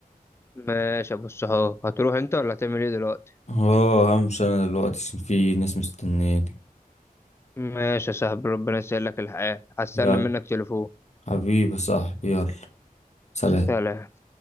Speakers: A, on the left (about 15°); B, on the left (about 45°).
A: ماشي يا أبو الصحاب هتروح أنت ولا هتعمل إيه دلوقتي
B: اه همشي انا دلوقتي عشان في ناس مستنياني
A: ماشي يا صاحبي ربنا يسهل لك الحال هستنى
B: يلا
A: منك تليفون
B: حبيبي يا صاحبي يلا سلام
A: سلام